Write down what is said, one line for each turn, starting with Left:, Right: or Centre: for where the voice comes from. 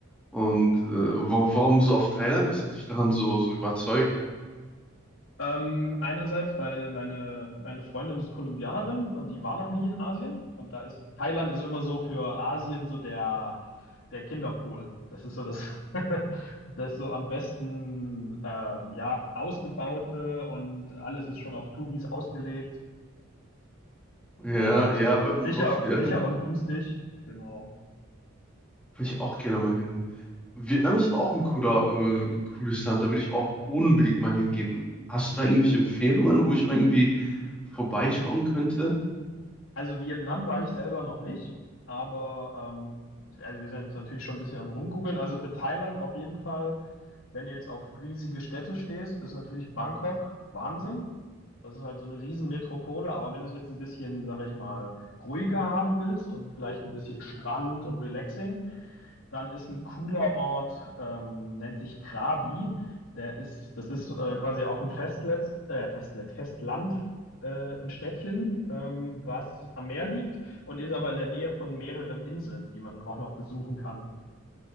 Centre: Und äh, wa- warum so oft Thailand? Was hat dich daran so, so überzeugt?
Left: Ähm, einerseits, weil meine, meine Freundin ist Kolumbianerin und die war noch nie in Asien. Und da ist Thailand ist immer so für Asien so der, der Kinderpool. Das ist so das, <laughs> das so am besten ähm, ja, ausgebaute und alles ist schon auf Touris ausgelegt.
Centre: Ja,
Left: Und das
Centre: ja,
Left: ist
Centre: hört man
Left: sicher,
Centre: oft, ja.
Left: sicher
Centre: <laughs>
Left: und günstig. Genau.
Centre: Würde ich
Left: Und
Centre: auch gerne mal hin. Vietnam ist aber auch ein cooler, äh, ein cooles Land. Da würde ich auch unbedingt mal hingehen. Hast du da irgendwelche Empfehlungen, wo ich mal irgendwie vorbeischauen könnte?
Left: also Vietnam war ich selber noch nicht, aber ähm, also wir sind jetzt natürlich schon ein bisschen am Rumgoogeln. Also für Thailand auf jeden Fall, wenn du jetzt auf riesige Städte stehst, ist natürlich Bangkok Wahnsinn. Das ist halt so eine Riesenmetropole, aber wenn du es jetzt ein bisschen, sag ich mal, ruhiger haben willst und vielleicht ein bisschen Strand und relaxing, Dann ist ein cooler Ort, ähm, nennt sich Krabi. Der ist, das ist äh, quasi auf dem Festnetz, äh, Festnetz, Festland, äh, ein Städtchen, ähm, was am Meer liegt und ist aber in der Nähe von mehreren Inseln, die man auch noch besuchen kann.